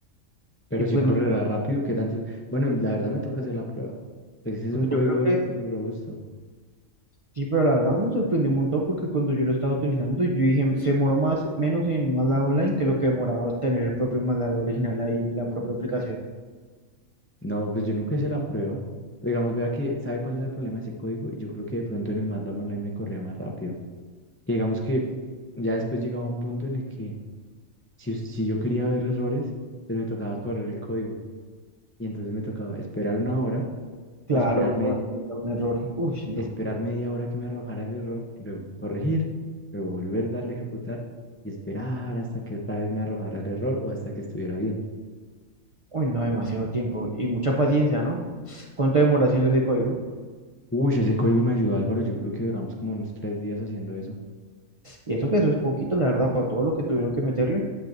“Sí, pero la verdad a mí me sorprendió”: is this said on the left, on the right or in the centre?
Right